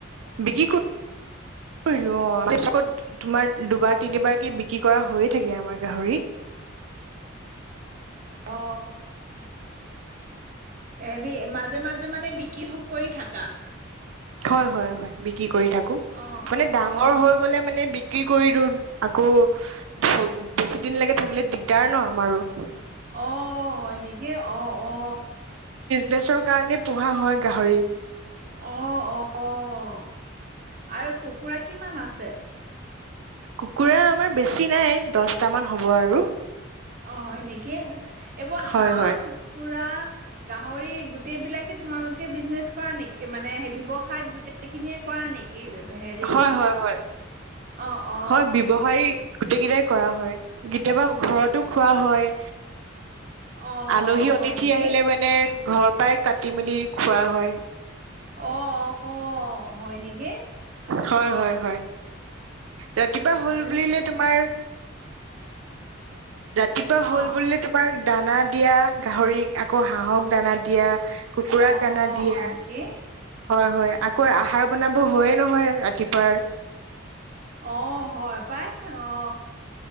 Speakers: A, on the right (about 90°); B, on the right (about 40°).
A: বিক্ৰী কৰি--কৰিলো অ <unintelligible> ক'ত তোমাৰ দুবাৰ তিনিবাৰ কে বিক্ৰী কৰা হৈয়ে থাকে আমাৰ গাহৰি
B: অ হেৰি মাজে মাজে মানে বি কিহ কৈ থাকা?
A: হয় হয় হয় বিক্ৰী কৰি থাকো।
B: অ',
A: মানে ডাঙৰ
B: অ',
A: হৈ গ'লে মানে বিক কি কৰি দিউ, আকৌ--বেছি দিনলৈকে থাকিলে দিগদাৰ ন আমাৰো।
B: অ হয় নেকি? ক্ৰী। অ অ
A: নেছৰ কাৰণে পোহা হয় গাহৰি।
B: অ অ--আৰু কুকুৰা কিমান আছে?
A: কুকুৰা আমাৰ বেছি নাই দছটামান হ'ব আৰু
B: অ হয় নেকি? এইবোৰ
A: হয়
B: হাঁহ,
A: হয়
B: কুকুৰা গাহৰি গোটেই বিলাকে তোমালোকে বিজনেছ কৰা নেকি? মানে সেই ব্যৱসায়ত গোটেই খিনিয়ে কৰা নেকি? হেৰি
A: হয় হয় হয়
B: অ অ
A: হয় ব্যৱসায় গোটেই কেইটাই কৰা হয়। কেতিয়াবা ঘৰতো খোৱা হয়।
B: অ অ
A: আলহী অতিথি
B: হয় নেকি
A: আহিলে মানে ঘৰৰ পৰাই কাটি মেলি খোৱা হয়।
B: অ অ হয় নেকি?
A: হয়,
B: অ
A: হয়, হয়। ৰাতিপুৱা হ'ল
B: আৰু
A: বুলিলে তোমাৰ ৰাতিপুৱা হ'ল
B: অ
A: বুলি তোমাৰ দানা দিয়া গাহৰিক, আকৌ হাঁহক দানা দিয়া কুকুৰাক
B: অ
A: দানা দিয়া।
B: হয়
A: হয়,
B: নেকি
A: হয় আকৌ আহাৰ বনাব হয়য়ে নহয় ৰাতিপুৱাৰ।
B: অ, হয় পাই অ।